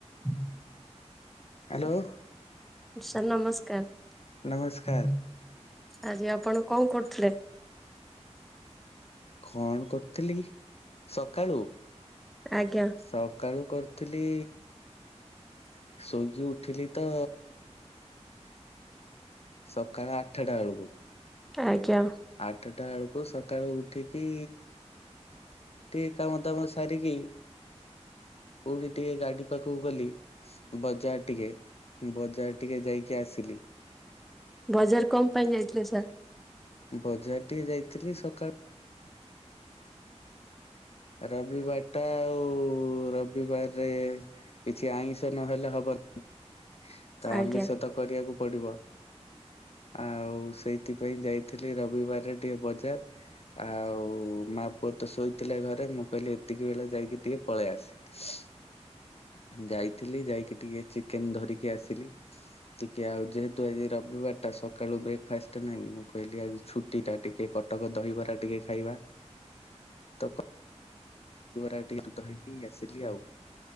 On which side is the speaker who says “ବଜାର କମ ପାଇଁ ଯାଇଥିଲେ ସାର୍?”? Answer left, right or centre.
Centre